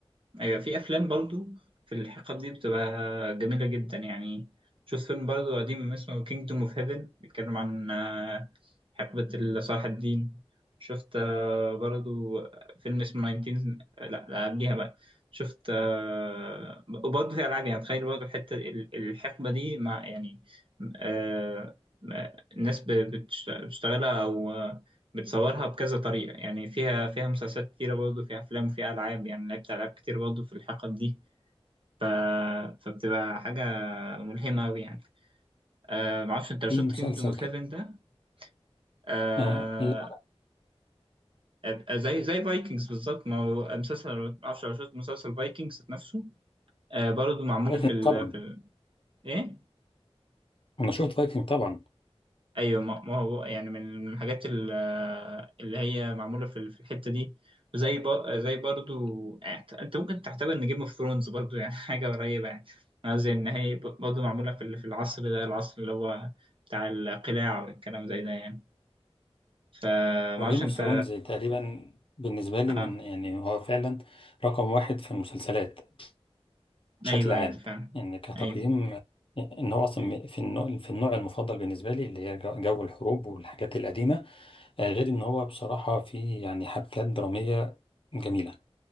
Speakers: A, on the right (about 55°); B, on the left (about 60°).
A: أيوة في أفلام برضو في الحقب دي بتبقى جميلة جدا يعني شوف فيلم برضو قديم اسمه Kingdom of Heaven بيتكلم عن آه، حقبة صلاح الدين شفت آه، برضو فيلم اسمه 19 آه، لا لا، قبليها بقى شفت آه، وبرضو في ألعاب يعني تخيل برضو الحتة ال- الحقبة دي مع يعني آه، آه، الناس ب- بتشت- بتشتغلها أو آه، بتصورها بكذا طريقة يعني فيها فيها مسلسلات كتيرة برضه فيها أفلام وفيها ألعاب يعني لعبت ألعاب كتير برضه في الحقب دي ف... فبتبقى حاجة ملهمة أوي يعني آه معرفش أنت لو
B: في
A: شفت
B: مسلسل
A: كينجدوم اوف
B: كده
A: هيفن ده آه
B: آه لا،
A: آه، زي زي فايكنجز بالظبط ما هو مسلسل معرفش لو شفت مسلسل فايكنجز نفسه آه برضه معمول
B: فايكنج
A: في ال...
B: طبعا
A: في ال... إيه؟
B: أنا شفت فايكنج طبعا
A: ايوه ما ما هو يعني من الحاجات ال- اللي هي معموله في في الحته دي زي ب... زي برضو يعني انت أنت ممكن تعتبر ان جيم اوف ثرونز برضو يعني <laughs> حاجه قريبه يعني قصدي ان هي ب- برضو معموله في ال- في العصر ده العصر اللي هو بتاع القلاع والكلام زي ده يعني فما
B: وجيم
A: اعرفش
B: اوف
A: انت
B: ثرونز تقريبا بالنسبة لي
A: آه.
B: من يعني هو فعلا رقم واحد في المسلسلات بشكل
A: ايوه
B: عام
A: ايوه فعلا
B: ان كتقييم
A: ايوه
B: ان هو اصلا في النوع في النوع المفضل بالنسبه لي اللي هي جو جو الحروب والحاجات القديمه آه، غير ان هو بصراحه في يعني حبكات دراميه جميله